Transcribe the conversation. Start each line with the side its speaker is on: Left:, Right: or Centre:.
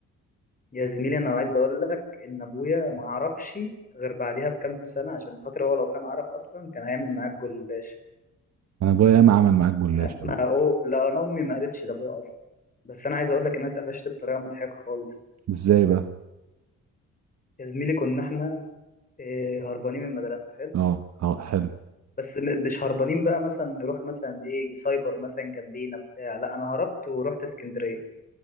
Left: يا زميلي انا عايز اقول لك ان ابويا ما عرفش غير بعديها بكام سنه عشان خاطر هو لو كان عرف اصلا كان هيعمل معاك جلاش
Right: انا ابويا ياما عمل معاك جلاشه
Left: يعني انا
Right: بقى
Left: أو... لا انا امي ما قالتش لابويا اصلا بس انا عايز اقول لك ان انا اتقفشت بطريقه مضحكه خالص
Right: ازاي بقى
Left: يا زميلي كنا احنا إيه، هربانين من المدرسه
Right: اه اه حلو
Left: بس م- مش هربانين بقى مثلا نروح مثلا ايه سايبر مثلا جنبينا بتاع لا انا هربت ورحت اسكندريه